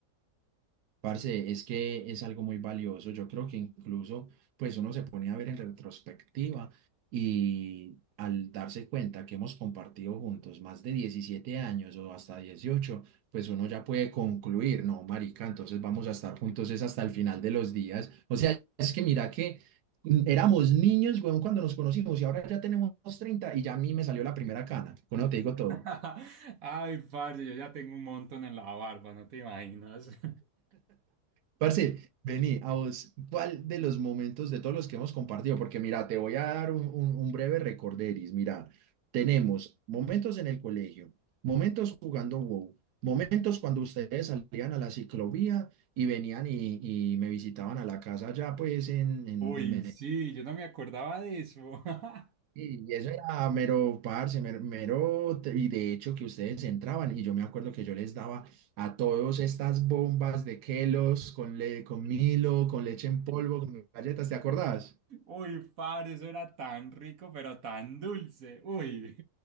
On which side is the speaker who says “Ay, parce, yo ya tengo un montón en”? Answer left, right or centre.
Right